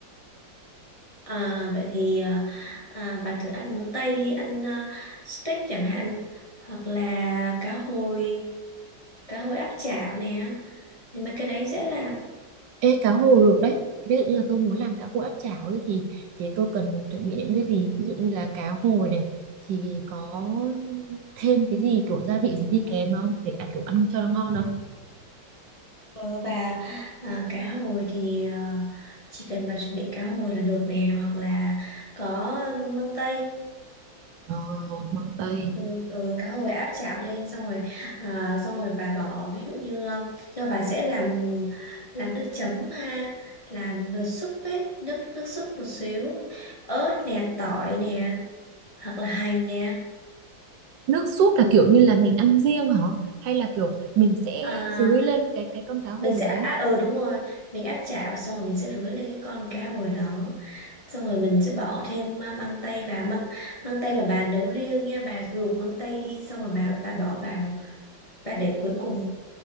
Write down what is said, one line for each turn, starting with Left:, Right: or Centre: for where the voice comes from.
Left: à, vậy thì à, à, bà thử ăn món Tây đi ăn à, steak chẳng hạn hoặc là cá hồi cá hồi áp chảo nè nhưng mấy cái đấy dễ làm
Right: Ê, cá hồi được đấy. Ví dụ như là tôi muốn làm cá hồi áp chảo ấy thì thì tôi cần chuẩn bị những cái gì? Ví dụ như là cá hồi này thì có thêm cái gì kiểu gia vị gì đi kèm không để ăn kiểu ăn cho nó ngon không?
Left: ờ, và à, cá hồi thì à, chỉ cần bà chuẩn bị cá hồi là được nè hoặc là có um, măng tây
Right: Ờ, măng tây.
Left: ừ, ừ, cá hồi áp chảo lên xong rồi à, xong rồi bà bỏ ví dụ như à, cho bà sẽ làm làm nước chấm ha làm nước súp ấy nước nước súp một xíu ớt nè tỏi nè hoặc là hành nè
Right: Nước súp là kiểu như là mình ăn riêng hả? Hay là kiểu mình sẽ
Left: à,
Right: dưới lên cái cái con cá hồi
Left: mình sẽ
Right: đấy?
Left: à, ừ đúng rồi mình áp chảo xong rồi mình sẽ rưới lên cái con cá hồi đó xong rồi mình sẽ bỏ thêm à, măng tây vào măng măng tây mà bà nấu riêng nha bà luộc măng tây đi xong rồi bà bà bỏ vào bà để cuối cùng